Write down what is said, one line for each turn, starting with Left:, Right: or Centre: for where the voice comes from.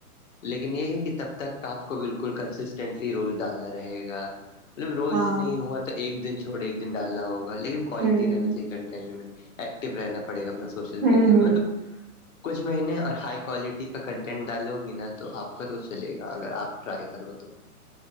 Left: لیکن یہ ہے کہ تب تک آپ کو بالکل کنسسٹینٹلی رول ڈالنا رہیں گا یار مطلب روز
Right: ہاں
Left: نہیں ہوا تو ایک دن چھوڑ ایک دن ڈالنا ہوگا لیکن کوالٹی
Right: ہوں
Left: رہنا چاہیے کنٹینٹ میں ایکٹو رہنا پڑے گا اپنا سوشل
Right: ہوں
Left: میڈیا
Right: ہوں
Left: میں مطلب کچھ مہینے اور ہائی کوالٹی کا کنٹینٹ ڈالوگی نا تو آپ کا تو چلیں گا اگر آپ ٹرائی کرو تو